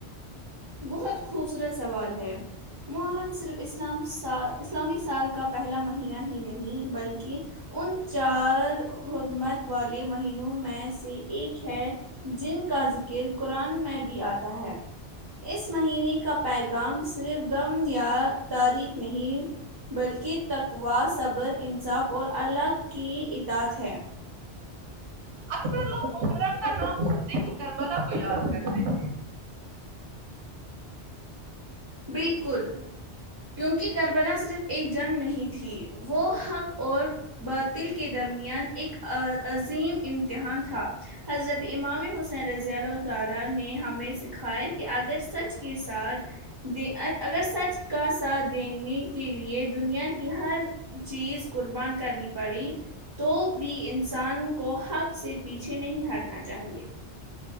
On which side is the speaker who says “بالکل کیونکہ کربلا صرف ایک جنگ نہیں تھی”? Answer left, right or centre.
Right